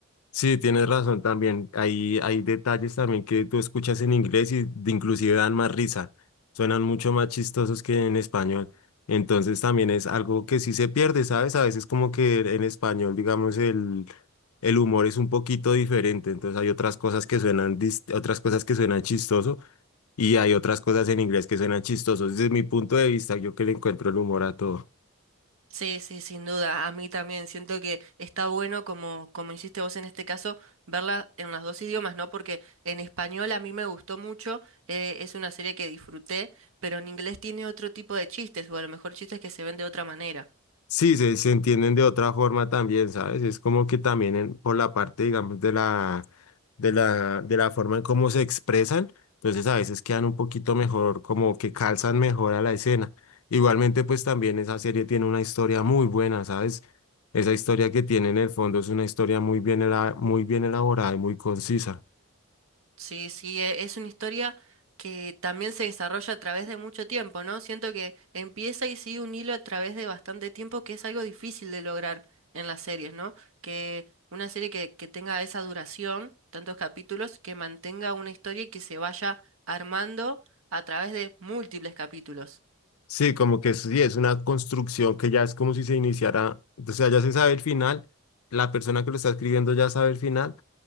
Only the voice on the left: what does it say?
Sí, tienes razón también. Hay, hay detalles también que tú escuchas en inglés y de- inclusive dan más risa. Suenan mucho más chistosos que en español. Entonces también es algo que sí se pierde, ¿sabes? A veces como que en español, digamos, el, el humor es un poquito diferente. Entonces hay otras cosas que suenan, dis- otras cosas que suenan chistoso y hay otras cosas en inglés que suenan chistosos. Desde mi punto de vista, yo que le encuentro el humor a todo.
Sí, se, se entienden de otra forma también, ¿sabes? Es como que también en- por la parte, digamos, de la, de la, de la forma en cómo se expresan, entonces a veces quedan un poquito mejor, como que calzan mejor a la escena. Igualmente, pues también esa serie tiene una historia muy buena, ¿sabes? Esa historia que tiene en el fondo es una historia muy bien, ela- muy bien elaborada y muy concisa.
Sí, como que sí, es una construcción que ya es como si se iniciara, o sea, ya se sabe el final, la persona que lo está escribiendo ya sabe el final